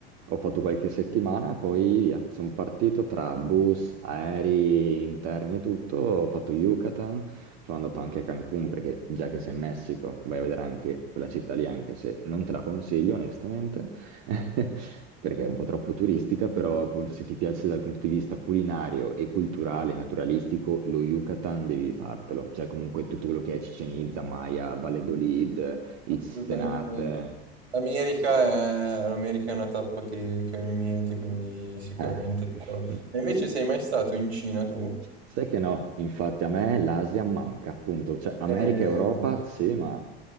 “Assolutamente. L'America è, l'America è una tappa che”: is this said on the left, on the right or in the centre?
Right